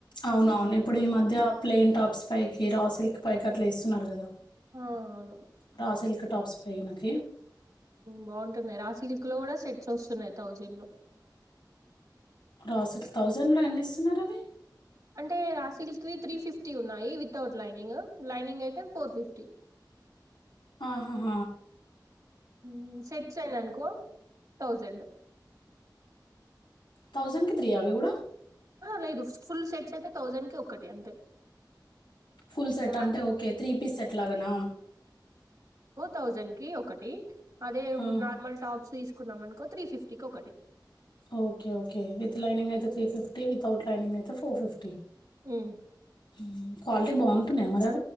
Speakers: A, on the left (about 80°); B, on the right (about 45°).
A: అవున అవును ఇప్పుడు ఈ మధ్య ప్లెయిన్ టాప్స్ పైకి రా సిల్క్ పైకి అట్లా ఇస్త న్నారూగాదా
B: ఆ! అవును.
A: రా సల్క టాప్స్ పైనకు ఫీ
B: బావుంటుంది రా సిల్క్ లో కూడా సెట్స్ వస్ స్తున్నాయితౌజన్ లో
A: రాసిల్క్ థౌజండ్ లో ఏనీ ఇస్తూ న్నారుారవి
B: అంటే రాసిల్క్ త్రీ ఫిఫ్టీ ఉన్నాయి, వితౌట్ లైనింగ్, లైనింగ్ అయితే ఫోర్ ఫిఫ్టీ.
A: ఆహాహ
B: ఉ సెట్స్ అనీ అనుకో థౌజండ్.
A: థౌజండ్ కి త్రీ అవి కూడా
B: లేదు ఫుల్ సెట్స్ అయితే థౌజండ్కి ఒక్కటి అంతే.
A: ఫుల్ సెట్
B: నార్
A: అంటే ఓకే త్రీ పీస్ సెట్ లాగానా.
B: థౌజండ్ కి ఒకటి అదే ఇప్పుడు
A: ఆహా!
B: నార్మల్ టాప్స్ తీసుకున్నాం అనుకో త్రీ ఫిఫ్టీకి ఒకటి.
A: ఓకే ఓకే విత్ లైనింగ్ అయితే త్రీ ఫిఫ్టీ వితౌట్ లైనింగ్ అయితే ఫోర్ ఫిఫ్టీ
B: హ్మ్.
A: ఉమ్ కావల బావుంతునాయి ఆ మరి